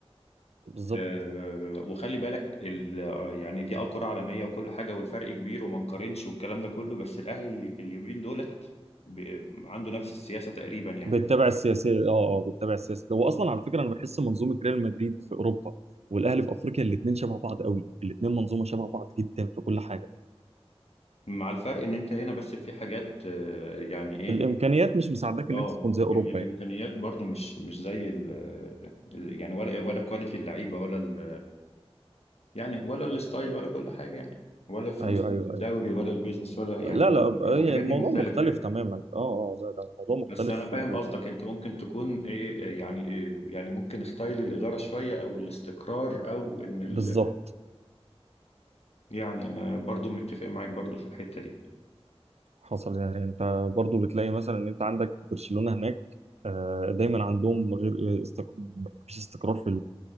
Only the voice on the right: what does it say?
بالظبط
بتتابع السياسه اه اه بتتابع السياسه هو اصلا على فكره انا بحس منظومه ريال مدريد في اوروبا والاهلي في افريقيا الاثنين شبه بعض قوي الاثنين منظومه شبه بعض جدا في كل حاجه
الامكانيات مش مساعداك ان
انت تكون زي اوروبا
يعني
ايوه
ايوه
ايوه
لا لا
أب- هي
الموضوع
مختلف
تماما اه اه لا لا الموضوع مختلف
ب-
بالظبط
حصل يعني انت برضو بتلاقي مثلا ان انت عندك برشلونه هناك آه، دايما عندهم غير استقرار مفيش استقرار في